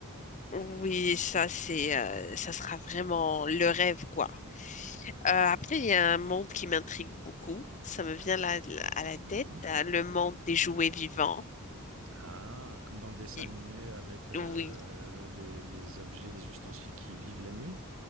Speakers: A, on the left (about 35°); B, on the right (about 70°).
A: Oui, ça, c'est... euh, ça sera vraiment le rêve, quoi. Euh, après, il y a un monde qui m'intrigue beaucoup. Ça me vient là, là, à la tête.
B: Mhm.
A: euh, Le monde des jouets vivants.
B: Ah, comme dans le dessin
A: Il-
B: animé avec euh,
A: Oui,
B: les, les objets, les ustensiles qui vivent la nuit.